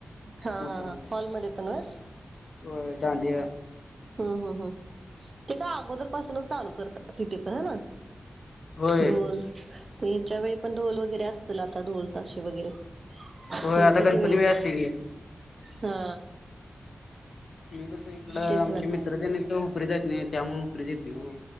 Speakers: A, on the right; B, on the left.
A: हा हा
B: मोठ्या मोठ्या
A: हा हॉलमध्ये पण व्हय
B: होडद
A: हम् हम् हम ते काय अगोदर पासुनच चालू करतात तिथे पण ना
B: होय
A: ढोल ते ह्याच्या वेळी पण ढोल वगैरे असतील आता ढोल ताशे वगैरे
B: होय
A: गणपती
B: आता
A: वेळेस
B: वेळ असते की
A: हा
B: मी तस इकडं
A: तेच
B: आमचे
A: ना
B: मित्रते नाही तर उपरीच येत नाही त्यामुळे उपरीच येते हो